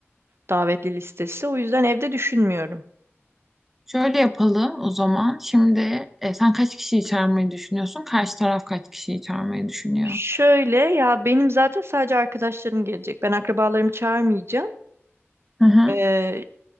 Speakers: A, on the right (about 60°); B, in the centre.
A: Davetli listesi. O yüzden evde düşünmüyorum.
B: Şöyle yapalım o zaman. Şimdi e, sen kaç kişiyi çağırmayı düşünüyorsun? Karşı taraf kaç kişiyi çağırmayı düşünüyor?
A: Şöyle ya benim zaten sadece arkadaşlarım gelecek. Ben akrabalarımı çağırmayacağım.
B: Hı hı.
A: Ee,